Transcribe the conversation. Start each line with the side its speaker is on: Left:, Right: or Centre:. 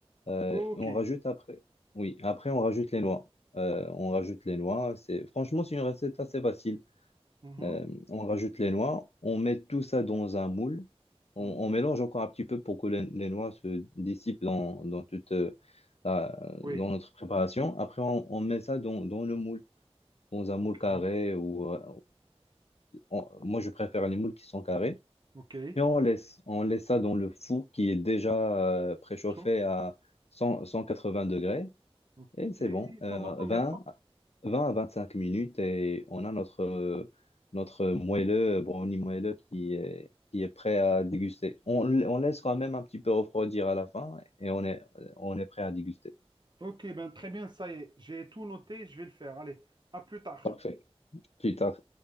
Left: Euh,
Right: OK.
Left: on rajoute après. Oui, après on rajoute les noix. Euh, on rajoute les noix. C'est franchement c'est une recette assez facile.
Right: Mhm.
Left: Euh, on rajoute les noix, on met tout ça dans un moule, on,
Right: Mhm.
Left: on mélange encore un petit peu pour que les, les noix se dissipent dans, dans toute euh, la-
Right: Oui.
Left: dans notre préparation. Après, on, on met ça dans, dans le moule, dans un moule
Right: OK.
Left: carré ou euh, on- moi je préfère les moules qui sont carrés
Right: OK.
Left: et on laisse on laisse ça dans le four qui est déjà euh, préchauffé
Right: Chaud.
Left: à cent cent quatre 180 degrés
Right: Ok,
Left: et c'est bon. Euh,
Right: pendant combien
Left: 20,
Right: de temps?
Left: 20 à 25 minutes et on a notre, euh, notre moelleux, brownie moelleux qui est, qui est prêt à déguster. On, on laisse quand même un petit peu refroidir à la fin et on est, on est prêt à déguster.
Right: Ok, ben très bien, ça y est, j'ai tout noté, je vais le faire. Allez, à plus tard.
Left: Parfait. Plus tard.